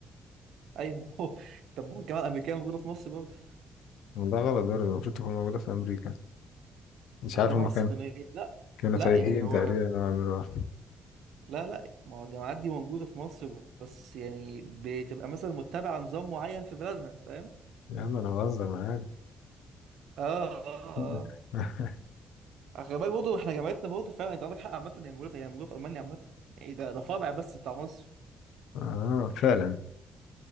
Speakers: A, on the right; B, on the left.
A: ايوه <laughs> ما هو طب ما هو الجامعه الامريكيه موجوده في مصر برضه
B: ده غلط برضه المفروض تكون موجودة في أمريكا مش
A: والجامعه
B: عارف هما
A: الصينيه
B: كانوا
A: لا
B: كانوا
A: لا
B: تايهين
A: يعني هو
B: تقريبا أنا بعملوها <laughs>
A: لا لا ما هو الجامعات دي موجوده في مصر بس يعني بتبقى مثلا متبعه نظام معين في بلادها فاهم
B: يا عم أنا بهزر معاك
A: اه اه
B: <laughs>
A: اه خلي بالك برضه احنا جامعتنا برضه فعلا انت عندك حق عامه هي موجوده في هي موجوده في المانيا عامه يعني ده ده فرع بس بتاع مصر
B: اه فعلا